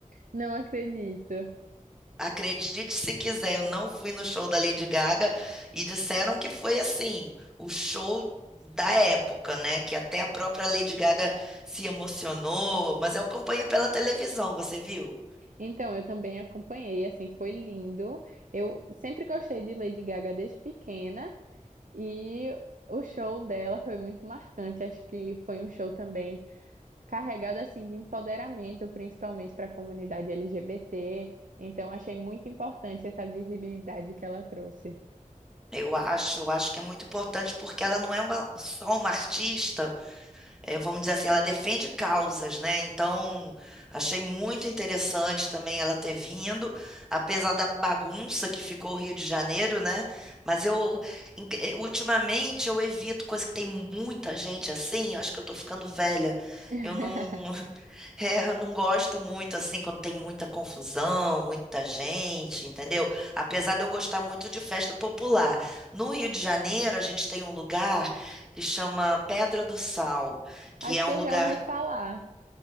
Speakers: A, on the right; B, in the centre.
A: Não acredito.
B: Acredite se quiser, eu não fui no show da Lady Gaga e disseram que foi assim, o show da época, né? Que até a própria Lady Gaga se emocionou, mas eu acompanhei pela televisão, você viu?
A: Então, eu também acompanhei, assim, foi lindo. Eu sempre gostei de Lady Gaga desde pequena e o show dela foi muito marcante. Acho que foi um show também carregado assim de empoderamento, principalmente para a comunidade LGBT. Então, achei muito importante essa visibilidade que ela trouxe.
B: Eu acho, eu acho que é muito importante porque ela não é uma, só uma artista, eh, vamos dizer assim, ela defende causas, né? Então, achei muito interessante também ela ter vindo, apesar da bagunça que ficou o Rio de Janeiro, né? Mas eu, em- eh, ultimamente, eu evito coisa que tem muita gente assim, eu acho que eu tô ficando velha.
A: <laughs>
B: Eu não. É, eu não gosto muito assim quando tem muita confusão, muita gente, entendeu? Apesar de eu gostar muito de festa popular. No Rio de Janeiro, a gente tem um lugar que chama Pedra do Sal, que
A: Acho
B: é
A: que
B: um
A: eu
B: lugar.
A: já ouvi falar